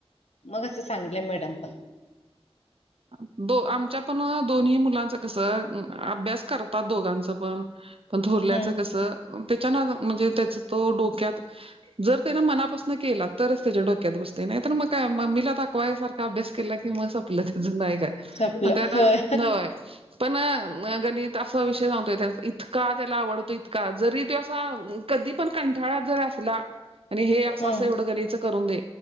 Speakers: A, on the left; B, on the right.
A: मग असं सांगितल्याय मॅडम पण
B: अं दो आमच्या पण दोन्ही मुलांच कसं अ अभ्यास करतात दोघांच पण पण थोरल्याचं
A: हम्म
B: कस त्याच्या अग म्हणजे त्याच तो डोक्यात जर त्यान मनापासन केला तरच त्याच्या डोक्यात बसतय नाय तर म काय मम्मीला दाखवायसारखं अभ्यास केला की म सपल त्याज नाही काय
A: आपलं
B: पण त्याना
A: होय
B: नय पण गणित असा विषय सांगतोय इतका त्याला आवडतो इतका जरी तो असा कधी पण कंठाळा जर असला आणि हे असं
A: हम्म
B: असं एवढं गरीचं करून दे